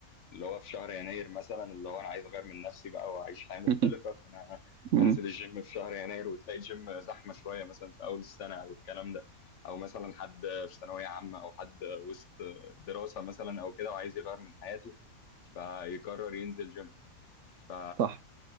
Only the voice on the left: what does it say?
اللي هو في شهر يناير مثلا اللي هو أنا عايز أغير من نفسي بقى وأعيش حياة مختلفة
فأنا
هنزل الجيم في شهر يناير وتلاقي الجيم زحمة شوية مثلا في أول السنة أو الكلام ده أو مثلا حد في ثانوية عامة أو حد وسط دراسة مثلا أو كده وعايز يغير من حياته فيقرر ينزل جيم ف